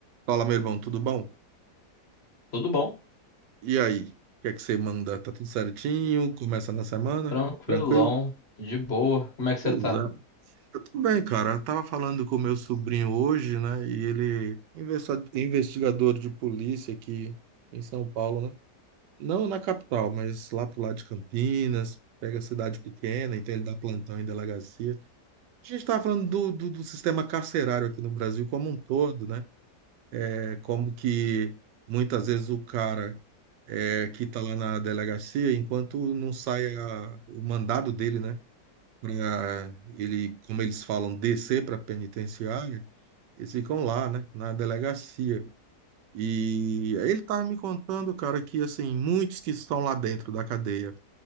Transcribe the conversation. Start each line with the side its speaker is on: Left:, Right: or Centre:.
Right: Fala, meu irmão, tudo bom?
Left: Tudo bom?
Right: E aí? O que é que você manda? Tá tudo certinho? Começa na semana?
Left: Tranquilão,
Right: Tranquilo?
Left: de boa. Como é que você
Right: Exato.
Left: tá?
Right: Eu tô bem, cara. Eu tava falando com o meu sobrinho hoje, né? E ele investi- investigador de polícia aqui em São Paulo, né? Não na capital, mas lá pro lado de Campinas, pega cidade pequena, então ele dá plantão em delegacia. A gente tava falando do, do, do sistema carcerário aqui no Brasil como um todo, né? É como que muitas vezes o cara aqui está lá na delegacia, enquanto não sai a- o mandado dele, né? Para ele, como eles falam, descer para a penitenciária, eles ficam lá, né? Na delegacia. E aí ele estava me contando, cara, que assim, muitos que estão lá dentro da cadeia,